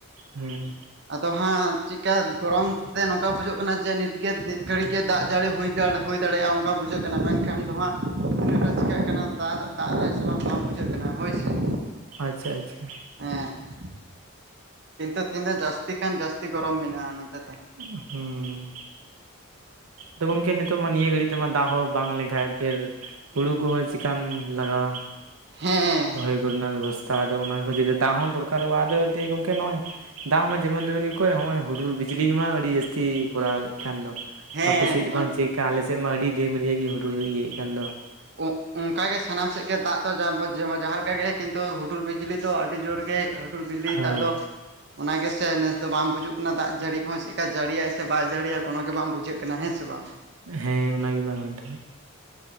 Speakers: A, on the right (about 85°); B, on the right (about 50°).
A: ᱦᱩᱸ᱾
B: ᱟᱫᱚ ᱦᱟᱸᱜ ᱪᱮᱫᱠᱟ ᱜᱚᱨᱚᱢ ᱛᱮ ᱱᱚᱝᱠᱟ ᱵᱩᱡᱟᱹᱜ ᱠᱟᱱᱟ ᱡᱮ ᱱᱤᱛᱜᱮ ᱱᱤᱛ ᱜᱷᱟᱹᱲᱤᱡ ᱜᱮ ᱫᱟᱜ ᱡᱟᱹᱲᱤ ᱦᱩᱭ ᱫᱟᱲᱮ ᱦᱩᱭ ᱫᱟᱲᱮᱭᱟᱜᱼᱟ ᱚᱱᱠᱟ ᱵᱩᱡᱷᱟᱹᱜ ᱠᱟᱱᱟ ᱢᱮᱱᱠᱷᱟᱱ ᱫᱚ ᱦᱟᱸᱜ ᱛᱤᱱᱟᱹᱜ ᱴᱟᱜ ᱪᱤᱠᱟᱹᱜ ᱠᱟᱱᱟ ᱾ <unintelligible> ᱫᱟᱜ ᱫᱟᱭ ᱥᱮ ᱵᱟᱝ ᱵᱟᱝ ᱵᱩᱡᱷᱟᱹᱜ ᱠᱟᱱᱟ ᱦᱳᱩᱥᱮ ᱾
A: ᱟᱪᱪᱷᱟ ᱟᱪᱪᱷᱟ ᱾
B: ᱦᱮᱸ ᱾ ᱠᱤᱸᱛᱩ ᱛᱮᱦᱤᱧ ᱫᱚ ᱡᱟᱹᱥᱛᱤ ᱠᱷᱟᱱ ᱡᱟᱹᱥᱛᱤ ᱜᱚᱨᱚᱢ ᱢᱮᱱᱟᱜᱼᱟ ᱱᱚᱱᱛᱮ ᱫᱚ᱾
A: ᱩᱸᱜ, ᱦᱩᱸ, ᱛᱚ ᱜᱚᱝᱠᱮ ᱱᱤᱛᱚᱜ ᱢᱟ ᱱᱤᱭᱟᱹ ᱜᱷᱟᱹᱲᱤᱡ ᱛᱮᱢᱟ ᱫᱟᱜ ᱦᱚᱸ ᱵᱟᱝ ᱞᱮᱝᱠᱷᱟᱡ ᱳᱠᱮᱫ ᱦᱩᱲᱩ ᱠᱚᱦᱚᱸ ᱪᱮᱠᱟᱢ ᱞᱟᱜᱟᱣᱟ,
B: ᱦᱮᱸ
A: ᱨᱚᱦᱚᱭ ᱠᱚᱨᱮᱱᱟᱜ ᱵᱮᱵᱚᱥ- ᱛᱟ, ᱫᱚ ᱚᱱᱟ ᱜᱮ ᱡᱩᱫᱤ ᱫᱟᱜ ᱦᱚᱸ ᱫᱚᱨᱠᱟᱨᱚᱜᱼᱟ ᱟᱫᱚ ᱡᱩᱫᱤ ᱜᱚᱝᱠᱮ ᱱᱚᱜᱼᱚᱭ ᱫᱟᱜ ᱢᱟ ᱡᱮᱢᱚᱱ ᱛᱮᱢᱚᱱ ᱜᱮᱠᱚ ᱦᱚᱸᱜᱼᱚᱭ ᱦᱩᱰᱩᱨ ᱵᱤᱡᱽᱞᱤ ᱜᱮᱢᱟ ᱟᱹᱰᱤ ᱡᱟᱹᱥᱛᱤ ᱠᱚᱨᱟᱣ ᱮᱫ ᱠᱟᱱ ᱫᱚ᱾
B: ᱦᱮᱸ
A: ᱛᱚ ᱟᱯᱮᱥᱮᱡ ᱵᱟᱝ ᱪᱮᱠᱼᱟ, ᱟᱞᱮᱥᱮᱫ ᱢᱟ ᱟᱹᱰᱤ ᱰᱮᱢ ᱨᱮᱭᱟᱜ ᱜᱮ ᱦᱩᱰᱩᱨ ᱤᱭᱟᱹ ᱭᱮᱜ ᱠᱟᱱ ᱫᱚ᱾
B: ᱚᱸᱜ, ᱚᱸᱠᱟ ᱜᱮ ᱥᱟᱱᱟᱢ ᱥᱮᱜ ᱜᱮ ᱫᱟᱜ ᱫᱚ ᱡᱟᱦᱟᱸ ᱵᱚᱱ ᱡᱚᱢᱼᱟ, ᱡᱟᱦᱟᱸ ᱞᱮᱠᱟ ᱜᱮ ᱠᱤᱸᱛᱩ ᱦᱩᱰᱩᱨ ᱵᱤᱡᱽᱞᱤ ᱫᱚ ᱟᱹᱰᱤ ᱡᱳᱨ ᱜᱮᱭ ᱦᱩᱰᱩᱨ ᱵᱤᱡᱽᱞᱤ ᱭᱮᱫᱟᱭ,
A: ᱦᱳᱭ
B: ᱟᱫᱚ ᱚᱱᱟ ᱜᱮᱥᱮ ᱱᱮᱥ ᱫᱚ ᱵᱟᱢ ᱵᱩᱡᱩᱜ ᱠᱟᱱᱟ, ᱫᱟᱜ ᱡᱟᱹᱲᱤ ᱠᱚᱦᱚᱸ ᱪᱮᱜ ᱠᱟ ᱡᱟᱹᱲᱤᱭᱟᱭ ᱥᱮ ᱵᱟᱭ ᱡᱟᱹᱲᱤᱭᱟᱭ ᱠᱚᱱᱳ ᱜᱮ ᱵᱟᱢ ᱵᱩᱡᱷᱟᱹᱜ ᱠᱟᱱᱟ, ᱦᱮᱸ ᱥᱮ ᱵᱟᱝ?
A: ᱦᱮᱸ ᱚᱱᱟ ᱜᱮ ᱵᱟ ᱜᱷᱚᱱᱴᱟ᱾